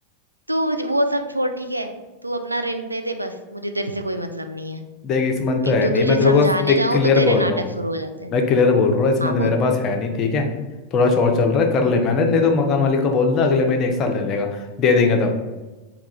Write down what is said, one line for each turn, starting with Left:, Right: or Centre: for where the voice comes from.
Right: तू मुझे- वो सब छोड़ ठीक है तू अपना रेंट दे दे बस मुझे तेरे से कोई मतलब नहीं है
Left: देख इस मन तो है
Right: एक तो
Left: नहीं
Right: तुझे
Left: मैं तेरे
Right: समझाने
Left: को देख
Right: जाऊं
Left: क्लियर
Right: तो तेरे
Left: बोल रहा
Right: नाटक
Left: हूँ
Right: शुरू हो जाते हैं
Left: मैं क्लियर बोल रहा हूँ इस
Right: हाँ
Left: मन
Right: बोल
Left: मेरे पास है नहीं ठीक है थोड़ा शॉर्ट चल रहा है कर ले मैंने नहीं तो मकान मालिक को बोल दे अगले महीने एक साल ले लेगा दे देंगे तब